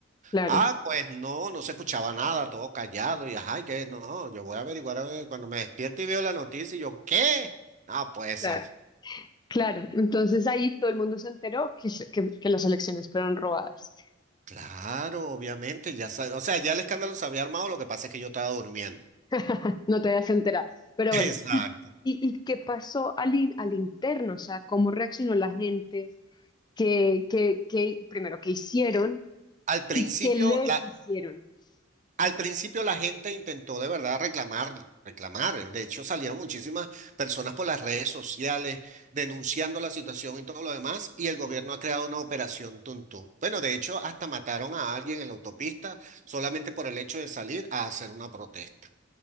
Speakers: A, on the left (about 20°); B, on the right (about 40°).
A: claro,
B: Ah, pues no, no se escuchaba nada, todo callado, y ay, que no, yo voy a averiguar a ver, cuando me despierto y veo la noticia, y yo, ¿qué? No puede ser.
A: claro, claro. Entonces ahí todo el mundo se enteró que, se- que, que las elecciones fueron robadas.
B: Claro, obviamente, ya sa- o sea, ya el escándalo se había armado, lo que pasa es que yo estaba durmiendo.
A: <laughs> No te habías enterado. Pero
B: <laughs> Exacto.
A: bueno, ¿y, y, y qué pasó al, in- al interno? O sea, ¿cómo reaccionó la gente? ¿Qué, qué, qué- primero, qué hicieron
B: Al principio,
A: y qué les
B: la,
A: hicieron? <gasps>
B: al principio la gente intentó de verdad reclamar, reclamar. De hecho, salieron muchísimas personas por las redes sociales denunciando la situación y todo lo demás, y el gobierno ha creado una operación Tuntún. Bueno, de hecho, hasta mataron a alguien en la autopista solamente por el hecho de salir a hacer una protesta.